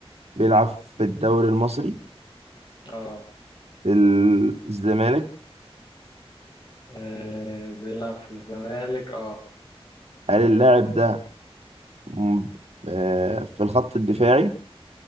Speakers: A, on the right (about 90°); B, on the left (about 45°).
A: بيلعب في الدوري المصري
B: اه آه.
A: في الزمالك
B: آه، بيلعب في الزمالك اه
A: هل اللاعب ده م- آه، في الخط الدفاعي